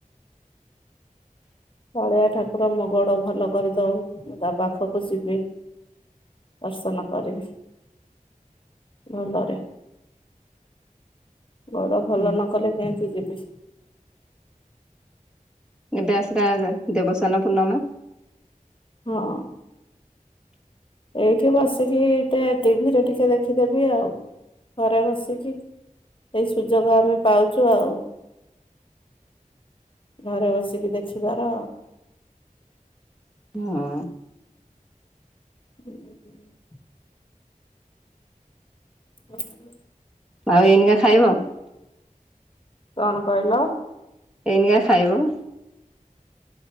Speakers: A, on the left; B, in the centre.
A: କାଳିଆ ଠାକୁର ମୋ ଗୋଡ ଭଲ କରିଦଉ ମୁଁ ତା ପାଖକୁ ଯିବି। ଦର୍ଶନ କରିବି। ଭଲରେ। ଗୋଡ ଭଲ
B: ହୁଁ
A: ନ କଲେ କେଇଁତି ଯିବି।
B: ଏବେ ଆସିରାରେ ଯେ ଦେବସାନ ପୂର୍ଣ୍ଣମା।
A: ହଁ। ଏଇଠି ବସିକି ଟେ- ଟିଭିରେ ଟିକେ ଦେଖିଦେବି ଆଉ। ଘରେ ବସିକି ଏଇ ସୁଯୋଗ ଆମେ ପାଉଚୁ ଆଉ। ଘରେ ବସିକି ଦେଖିବାର।
B: ହଁ
A: <unintelligible> <unintelligible>
B: ଆଉ ଏଇନିକା ଖାଇବ?
A: କଣ କହିଲ?
B: ଏଇନିକା ଖାଇବ?